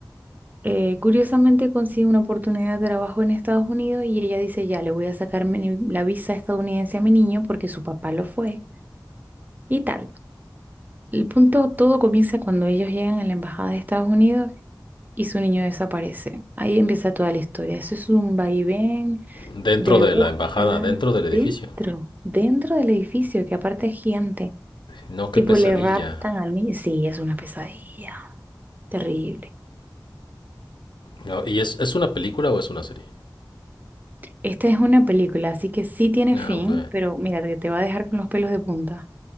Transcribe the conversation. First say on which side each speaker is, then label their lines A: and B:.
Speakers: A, on the right; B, on the left.
A: eh, curiosamente consigue una oportunidad de trabajo en Estados Unidos y ella dice, ya, le voy a sacar mi- la visa estadounidense a mi niño porque su papá lo fue y tal. El punto, todo comienza cuando ellos llegan a la embajada de Estados Unidos y su niño desaparece. Ahí empieza toda la historia. Eso es un vaivén
B: Dentro
A: de
B: de
A: búsqueda
B: la embajada, dentro del edificio.
A: dentro, dentro del edificio, que aparte es gigante.
B: No, qué
A: Tipo,
B: pesadilla.
A: le raptan al niño. Sí, es una pesadilla. Terrible.
B: No, ¿Y es, es una película o es una serie?
A: Esta es una película, así que sí tiene
B: Ah,
A: fin,
B: ok.
A: pero mira, te, te va a dejar con los pelos de punta.